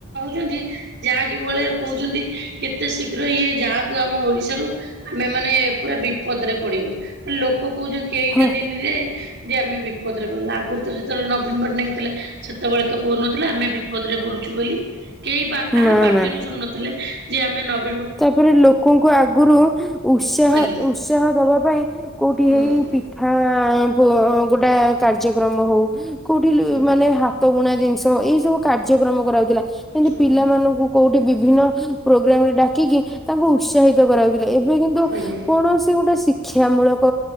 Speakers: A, on the right (about 50°); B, in the centre.
A: ଚନ୍ତି ଯାହା କି ବଳେ କହୁଛନ୍ତି କେତେ ଶୀଘ୍ର ଇଏ ଯାଆନ୍ତୁ ଆମ ଓଡିଶାରୁ ଆମେ ମାନେ ପୁରା ବିପଦରେ ପଡିବୁନୁ ମାନେ ଲୋକ କହୁଚନ୍ତି କେଇଟା
B: ହଁ
A: ଦିନରେ ଯେ ଆମେ ବିପଦରେ ପଲୁ ଆଗରୁ ତ ଯେତେବେଳେ ନବୀନ ପଟ୍ଟନାୟକ ଥିଲେ ସେତେବେଳେ ତ କହୁନଥିଲେ ଆମେ ବି ବିପଦରେ ପଡୁଛୁ ବୋଲି କେହି ପା କାହା
B: ନା
A: ପାାଟିରୁ
B: ନା
A: ଶୁନ ନଥିଲେ ଯେ ଆମେ ନ
B: ତାପରେ ଲୋକଙ୍କୁ ଆଗୁରୁ ଉତ୍ସାହ
A: ଆଜ୍ଞା
B: ଉତ୍ସାହ ଦବା ପାଇଁ କୋଉଠି
A: ହୁଁ
B: ହେଇ ପିଠା ଗୋ ଗୋଟା କାର୍ଯ୍ୟକ୍ରମ ହଉ କୋଉଠି ଲୁ
A: ଆଜ୍ଞା
B: ମାନେ ହାତ ବୁଣା ଜିନିଷ ଏଇ ସବୁ କାର୍ଯ୍ୟକ୍ରମ କରାଉଥିଲା କିମତି
A: ହୁଁ
B: ପିଲାମାନଙ୍କୁ କୋଉଠି ବିଭିନ୍ନ ପ୍ରୋଗ୍ରାମ ରେ ଡାକିକି ତାଙ୍କୁ ଉତ୍ସାହିତ କରାଉଥିଲେ ଏ ବେ କିନ୍ତୁ
A: ଆଜ୍ଞା।
B: କୌଣସି ଗୋଟେ ଶିକ୍ କ୍ଷା ମୂଳକ